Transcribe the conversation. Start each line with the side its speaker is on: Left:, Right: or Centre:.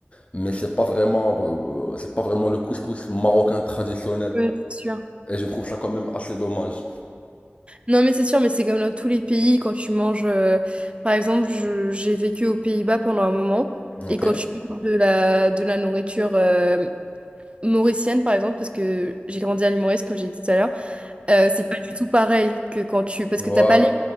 Left: mais c'est pas vraiment, euh, c'est pas vraiment le couscous marocain traditionnel.
Right: Ouais, c'est sûr.
Left: Et je trouve ça quand même assez dommage.
Right: Non, mais c'est sûr, mais c'est comme dans tous les pays, quand tu manges... euh, Par exemple, je- j'ai vécu aux Pays-Bas pendant un moment,
Left: Ok.
Right: et quand tu manges de la, de la nourriture euh, mauricienne, par exemple, parce que j'ai grandi à l'île Maurice, comme j'ai dit tout à l'heure, euh, c'est pas du tout pareil que quand tu... Parce
Left: Voilà.
Right: que t'as pas les